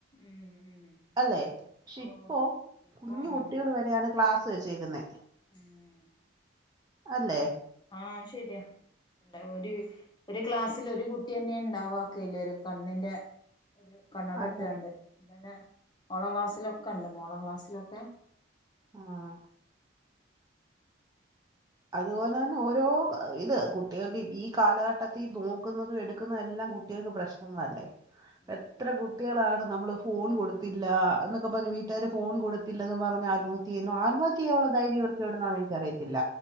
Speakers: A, on the left (about 20°); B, on the right (about 20°).
A: ഉം ഉം
B: അല്ലെ പക്ഷെ
A: ഓഹ്
B: ഇപ്പോ
A: ഇപ്പൊ
B: കുഞ്ഞു കുട്ടികൾ
A: ഉം
B: വരെയാണ് ക്ലാസ് വെച്ചേക്കുന്നെ.
A: ഉം
B: അല്ലേ?
A: ആഹ് അത് ശെരിയാ എന്താ ഒര് ഒരു ക്ലാസ്സിൽ ഒരു കുട്ടിയെന്നെ ഇണ്ടാവാക്കല്ല ഒരു കണ്ണിന്റെ ഒരു കണ്ണട
B: അതെ
A: ഇട്ട്കാണ്ട്
B: അതെ
A: <unintelligible> ഓളെ ക്ലാസ്സിലൊക്കെ ഇണ്ട് മോളെ ക്ലാസ്സിലൊക്കെ
B: ആഹ്. അതുപോലെ തന്നെ ഓരോ ക- ഇത് കുട്ടികക്ക് ഈ കാലഘട്ടത്തി നോക്കുന്നതും എടുക്കുന്നതും എല്ലം കുട്ടികക്ക് പ്രശ്നങ്ങളല്ലേ.
A: ഉം
B: എത്ര കുട്ടികളാണ് നമ്മള് ഫോൺ കൊടുത്തില്ല, എന്നൊക്കെ പറഞ്ഞഞ് വീട്ടുകാര് ഫോൺ കൊടുത്തില്ലെന്ന് പറഞ്ഞ് ആത്മ യ്യുന്നു ആത്മഹത്യചെയ്യാൻള്ള ധൈര്യവർക്കെവിടുന്നാന്ന് എനിക്കറിയത്തില്ല